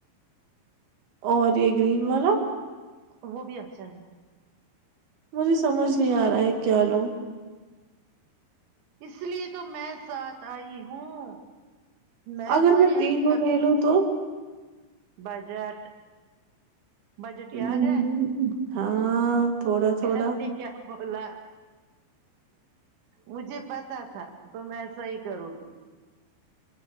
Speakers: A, on the right; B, on the right.
A: اور یہ گرین والا
B: وہ بھی اچھا ہے
A: مجھے سمجھ نہیں آ رہا ہے کیا لوں
B: اس لیے تو میں ساتھ آئی ہوں میں
A: اگر
B: تمہاری
A: تینوں
B: ہیلپ کر
A: لے
B: دیتی
A: لوں
B: ہ
A: تو
B: بجٹ بجٹ
A: <unintelligible>
B: یاد ہے
A: ہاں تھوڑا تھوڑا
B: گھر سے کیا بولا مجھے پتا تھا تو ایسا ہی کرو گی